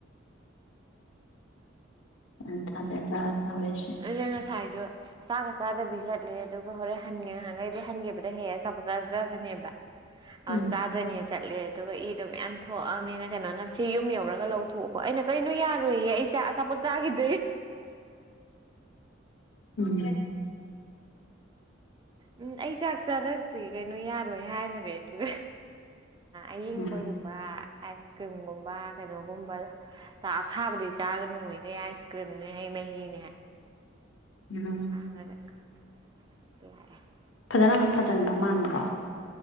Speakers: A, on the left; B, on the right.
A: ꯒꯌ꯭ꯥꯟ ꯇꯗꯦꯗꯥ ꯇꯧꯔꯤꯁꯦ
B: ꯑꯩꯅ ꯉꯁꯥꯏꯁꯨ ꯆꯥꯛꯒ ꯆꯥꯗꯕꯤ ꯆꯠꯂꯦ ꯑꯗꯨꯒ ꯍꯣꯔꯦꯟ ꯍꯟꯒꯦ ꯉꯍꯥꯟꯈꯩꯗꯤ ꯍꯟꯈꯤꯕꯗ ꯍꯦꯛ ꯑꯆꯥꯄꯣꯠ ꯆꯥꯖꯕꯅꯦꯕ ꯑ
A: ꯎꯝ
B: ꯆꯥꯗꯣꯏꯅꯦ ꯆꯠꯂꯦ ꯑꯗꯨꯒ ꯏꯗꯣ ꯃꯌꯥꯝ ꯊꯣꯛꯑꯝꯃꯤꯅ ꯀꯩꯅꯣꯅ ꯁꯤ ꯌꯨꯝ ꯌꯧꯔꯒ ꯂꯧꯊꯣꯛꯑꯣꯀꯣ ꯑꯩꯅ ꯀꯩꯅꯣ ꯌꯥꯔꯣꯏꯌꯦ ꯑꯩꯁꯦ ꯑꯆꯥꯄꯣꯠ ꯆꯥꯈꯤꯗꯣꯏ
A: ꯎꯝ
B: ꯎꯝ ꯑꯩ ꯆꯥꯛ ꯆꯥꯔꯛꯇꯦ ꯀꯩꯅꯣ ꯌꯥꯔꯣꯏ ꯍꯥꯏꯔꯨꯔꯦ ꯑꯗꯨꯒ ꯑꯌꯤꯡ
A: ꯎꯝ
B: ꯕꯒꯨꯝꯕ ꯑꯥꯏꯁ ꯀ꯭ꯔꯤꯝꯒꯨꯝꯕ ꯀꯩꯅꯣꯒꯨꯝꯕ ꯑꯁꯥꯕꯗꯤ ꯆꯥꯒꯅꯣꯏꯅꯦ ꯀ꯭ꯔꯤꯝꯅꯦ ꯍꯩ ꯃꯍꯤꯅꯦ
A: ꯎꯝ
B: <unintelligible>
A: ꯐꯖꯅ ꯑꯗꯨꯝ ꯐꯖꯟꯕ ꯃꯥꯟꯕ꯭ꯔꯣ